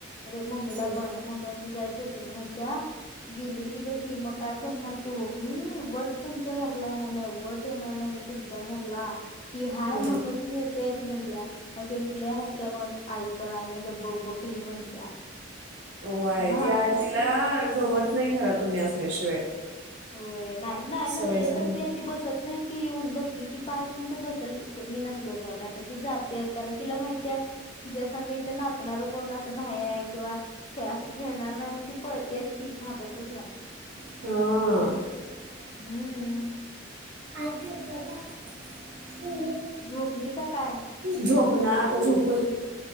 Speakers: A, on the left; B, on the right.
A: अरे मम्मीला
B: हम्म
A: पण मम्मी आमची जरा चेष्टेन म्हणत्या गेली की गती मग काय करणार तू मी वट तुमच्या घरला येणार नाही वट येणार नाही मी तुमच्या घरला ती हाय
B: हम्म.
A: म्हणून मी यते अशी म्हण द्या आम मममी ल हसत्या मग आई पण आई म्हणत्या बघ बघ कशी म्हणत्या
B: होय
A: म्हणून
B: ती
A: हसत्यात
B: तिला गमत नाही घरात तुम्ही असल्याशिवाय
A: हो नाही नाही
B: सवय
A: नसलो
B: झाल्या
A: तर ती अशी बसत नाही ती येऊन बसली कि पाच मिनट बसल मी नसलो तर नाही तर ती जाते कारण तिला माहितीय तिच्या संग इथं नाचणार कोण असं नाही आहे किंवा असं खेळणार नाही म्हण ती पळतेस ती थांबतच नाही
B: हा
A: हम्म
B: ह दता
A: झोपली का काय
B: झोप ना आता झोप